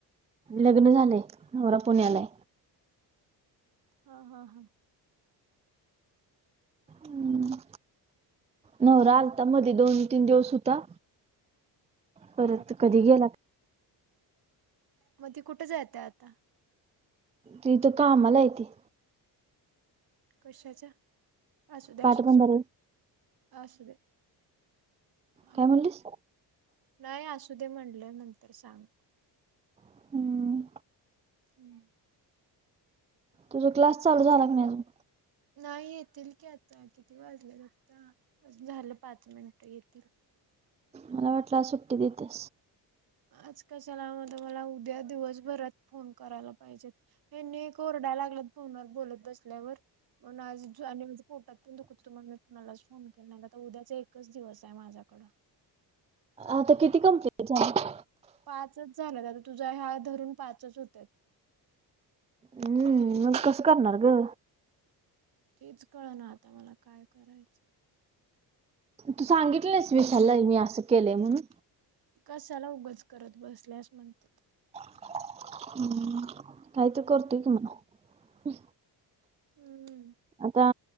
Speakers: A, on the right; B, on the right.
A: लग्न झाले नवरा पुण्याला.
B: हा हा हा
A: हम्म नवरा आलता मध्ये दोन तीन दिवस होता परत
B: हम्म.
A: कधी गेला.
B: मग ती कुठं जयातं आता.
A: तीथ कामला येते.
B: कशाच्या असू दे्या
A: पाटबंधारे
B: असू दे सोट असू दे, हा
A: काय म्हणलीस
B: नाही असू दे म्हटल्या नंतर सांग.
A: हम्म
B: हम्
A: तुझा क्लास चालू झाला क नाही अजून?
B: नाही येतील की आता किती वाजले आता झालं पाच मिनट येतील.
A: मला वाटलं आज सुट्टी देते.
B: आज कशाला मला म्हणजे मला उद्या दिवसभरात फोन करायला पाहिजेत. हेन्ही एक ओरडायला लागल्यात फोनवर बोलत बसल्यावर. म्हणून आज आणि म्हणजे पोटात पण दुखत होते मी कोणालाच फोन केला आ उद्याचा एकच दिवस आहे माझ्याकडं-
A: आता किती कंप्लेंट झाले.
B: पाच झालेत, आता तुझा हा धरून पाच होतात.
A: हम्म मग कसं करणार ग,
B: तीच कळ ना आता मला काय करायचं
A: तू सांगितली नाहीस विशाला मी असं केलंय म्हणून,
B: कशाला उगंच करत बसल्यास म्हणतात.
A: हम् काही तर करतोय कि म्हणावं.
B: हम्मम
A: आता